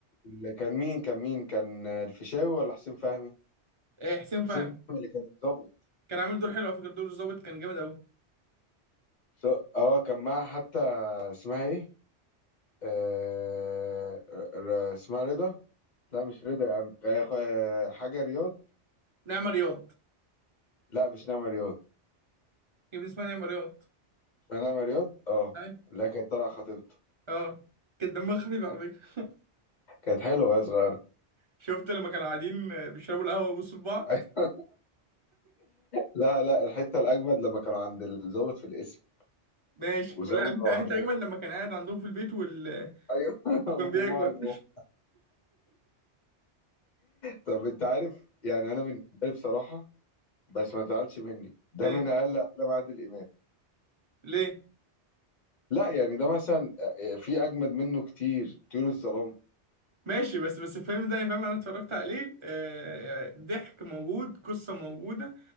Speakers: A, on the left; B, on the right.
A: اللي كان مين كان مين كان آه، الفيشاوي ولا حسين فهمي
B: آه حسين فهمي
A: حسين فهمي اللي كان الضابط
B: كان عامل دور حلو على فكرة دور الضابط كان جامد قوي
A: ف- اه كان معاه حتى اسمها ايه آه... ر- ر- اسمها رضا لا مش رضا يعني آه... خ- آه، حاجة رياض
B: نعمة رياض
A: لا مش نعمة رياض
B: يا ابني اسمها نعمة رياض
A: اسمها نعمة رياض اه
B: أي
A: لا كانت طالعة خطيبته
B: أه كان دمها خفيف على فكرة
A: كانت حلوة يا صغيرة
B: شفت لما كانوا قاعدين آه، بيشربوا القهوة ويبصوا لبعض
A: <laughs> لا لا الحتة الأجمد لما كانوا عند الضابط في القسم
B: ماشي
A: وسابهم
B: ولا في
A: لوحدهم
B: حتة أجمل لما كان قاعد عندهم في البيت وال...
A: أيوه <laughs>
B: وكان
A: وهم
B: بياكل
A: جوه طب أنت عارف يعني أنا بالنسبة لي بصراحة بس ما تزعلش مني ده
B: <laughs> ليه
A: من أقل أفلام عادل إمام
B: ليه
A: لا يعني ده مثلا آه، آه، في اجمد منه كتير طيور الظلام
B: ماشي بس بس الفيلم ده يا فاهم أنا اتفرجت عليه آه، آه، ضحك موجود قصة موجودة